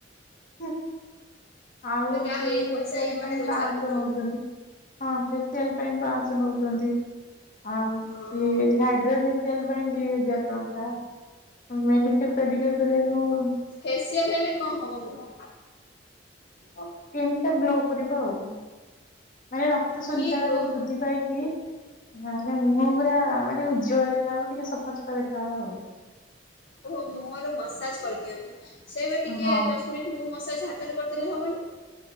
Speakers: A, on the left; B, on the left.
A: ହୁ ଆଉ ହଉଚି
B: ଯାହା ହଉ ଏଇ
A: ଫେସିଆଲ୍
B: ପଇସା ଏଇ ମାନେ
A: ପାଇଁ
B: ରୋଜଗାର
A: ପାଞ୍ଚଶହ
B: କରୁଛନ୍ତି।
A: ନେଉଛନ୍ତି। ହଁ ଫେସିଆଲ୍ ପାଇଁ ପାଞ୍ଚଶହ ନେଉଛନ୍ତି। ଆଉ
B: ହଁ
A: ସିଏ ହାଇଡ୍ରୋଲ ଫେସିଆଲ୍ ପାଇଁ ଦି ହଜାର ଟଙ୍କାେ ମୁକଇନି <unintelligible> କରିବାର କଣ
B: ଫେସିଆଲ୍ ହେଲେ କଣ ହବ ମୁହ?
A: ସ୍କିନ୍ ଟା ଗ୍ଲୋ କରିବ ଆଉ ମାନେ ର କ୍ତ ସଞ୍ଚାଳନ
B: କି ଗ୍ଲୋ
A: ବୃଦ୍ଧି ପାଇକି ହ ନାଁ ମୁହଁ ପୁରା ମାନେ ଉଜ୍ଜ୍ଵଳ ଦେଖା ହବ ଟିକେ ସଫାସଫା ଦେଖା ହବ ଆଉ।
B: ଓହୋ ମୁହଁର ମସାଜ କରିଦିଅନ୍ତି ସେଇବେ ଟିକେ
A: ହଁ
B: ଦ ମୁଁ ଏଇଠି ମୁଁ ମସାଜ୍ ହାତରେ କରିଦେଲେ ହବନି।